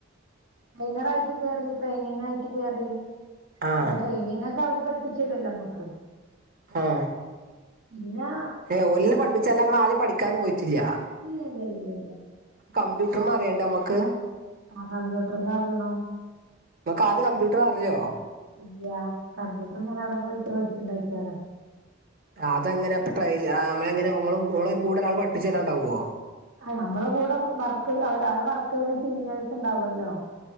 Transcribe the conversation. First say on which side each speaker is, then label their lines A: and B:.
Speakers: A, on the right; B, on the right.
A: ട്രെയിനറായിട്ട് കേറി ട്രെയിനിങ്ങ് ആയിട്ട് കേറിഅപ്പൊ
B: ആഹ്
A: ട്രെയിനിങ്ങ് അവര് പഠിപ്പിച്ചേരല്ലോ നമ്മുക്ക്
B: ആഹ്
A: പിന്നാ
B: ഏ ഒലിന പഠിപ്പിച്ചാലല്ല നിങ്ങളാ ആദ്യം പഠിക്കാനൊന്നും പോയിട്ടില്ല
A: ഇല്ലല്ലല്ലല്ലല്ല
B: കമ്പ്യൂട്ടർ അറിയണ്ട നമുക്ക്
A: ആഹ് കമ്പ്യൂട്ടർമ്മ അറിയണം
B: നിനക്ക ആദ്യ കമ്പ്യൂട്ടർ അറിയോ
A: ഇല്ല കമ്പ്യൂട്ടർ ഞാൻ അവിടെ പോയിട്ട് പഠിച്ചിണ്ടാക്കിയതാ
B: ആ അതങ്ങനെ അപ്പൊ ട്രെയി കൂടെ ഒരാൾ പഠിപ്പിച്ചു തരാണ്ടാവോ
A: ആ നമ്മള് കൂടെ വർക്ക് അവ അവടെ വർക്ക് ചെയ്യുന്ന സീനിയേഴ്സ് ഉണ്ടാവോല്ലോ